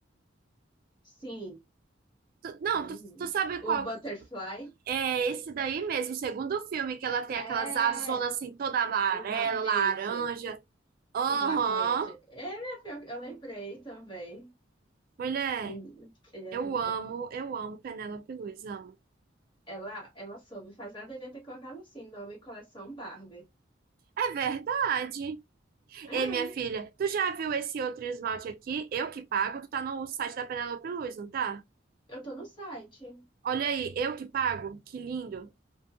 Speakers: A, on the left; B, on the right.
A: Sim.
B: Tu- não,
A: Menina.
B: tu, tu sabe
A: O
B: qual.
A: Butterfly
B: É esse daí mesmo, o segundo filme, que ela tem
A: é
B: aquelas azonas assim, toda amarela,
A: o Mermaid.
B: laranja. Aham.
A: O Marmejo. É, minha filha, eu lembrei também.
B: Mulher,
A: Menino, ele é
B: eu
A: lindo.
B: amo, eu amo Penélope Luiz, amo.
A: Ela, ela soube fazer, ela devia ter colocado assim, nome Coleção Barbie.
B: É verdade.
A: É,
B: Ei, minha filha, tu já viu esse outro esmalte aqui? Eu que pago, tu tá no site da Penélope Luiz, não tá?
A: eu tô no site.
B: Olha aí, eu que pago? Que lindo.